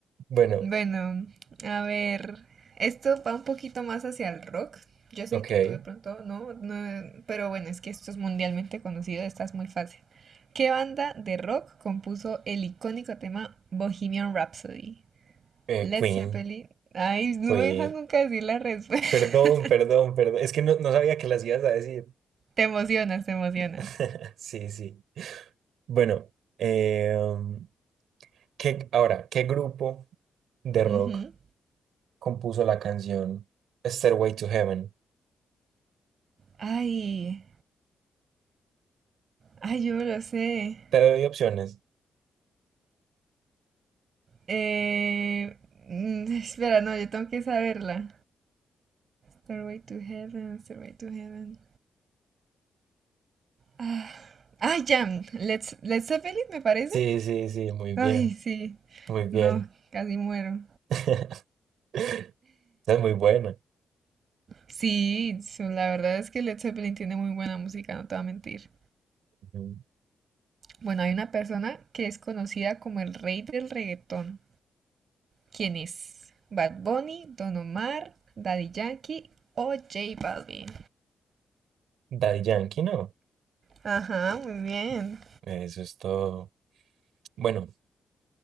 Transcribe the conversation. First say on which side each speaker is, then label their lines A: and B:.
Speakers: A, on the right; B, on the right.
A: Bueno,
B: Bueno, a ver, esto va un poquito más hacia el rock. Yo sé
A: ok.
B: que tú de pronto no, no, pero bueno, es que esto es mundialmente conocido, esta es muy fácil. ¿Qué banda de rock compuso el icónico tema Bohemian Rhapsody?
A: eh,
B: Led
A: Queen,
B: Zeppelin. Ay, no
A: Queen.
B: me dejas nunca decir la respuesta.
A: Perdón,
B: <laughs>
A: perdón, perdón. Es que no, no sabía que las ibas a decir.
B: Te emocionas, te emocionas.
A: <laughs> Sí, sí. Bueno, eh, um, ¿qué- ahora, ¿qué grupo de rock
B: Ujú.
A: compuso la canción Stairway to Heaven?
B: Ay, ay, yo me lo sé.
A: Te doy opciones.
B: Eh, mm, <laughs> espera, no, yo tengo que saberla. Stairway to Heaven, Stairway to Heaven. Ah, ah, ya. Let's, Let's Zeppelin, me parece.
A: Sí, sí, sí, muy
B: Ay,
A: bien,
B: sí.
A: muy bien.
B: No, casi muero.
A: <laughs> Esa es muy buena.
B: Sí, so- la verdad es que Led Zeppelin tiene muy buena música, no te voy a mentir.
A: Ujú.
B: Bueno, hay una persona que es conocida como el rey del reggaetón. ¿Quién es? Bad Bunny, Don Omar, Daddy Yankee o J Balvin.
A: Daddy Yankee, ¿no?
B: Ajá, muy bien.
A: Eso es todo. Bueno,